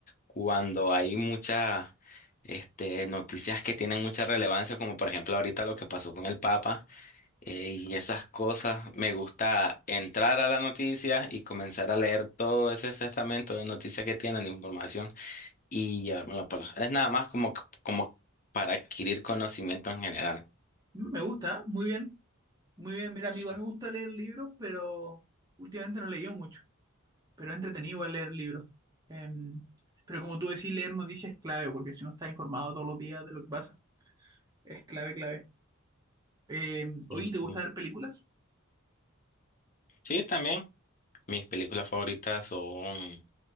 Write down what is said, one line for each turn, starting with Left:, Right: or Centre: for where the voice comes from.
Left: cuando hay muchas, este, noticias que tienen mucha relevancia, como por ejemplo ahorita lo que pasó con el Papa, eh, y esas cosas, me gusta entrar a la noticia y comenzar a leer todo ese testamento de noticias que tienen, de información, y llevármelo para... Es nada más como, como para adquirir conocimiento en general.
Right: Mm, Me gusta, muy bien, muy bien. Mira,
Left: Sí,
Right: a mí igual me gusta leer libros, pero últimamente no he leído mucho, pero he entretenido igual leer libros. Em, pero como tú decís, leer noticias es clave, porque si uno está informado todos los días de lo que pasa, es clave, clave. Eh, oye,
Left: sí.
Right: ¿te gusta ver películas?
Left: Sí, también. Mis películas favoritas son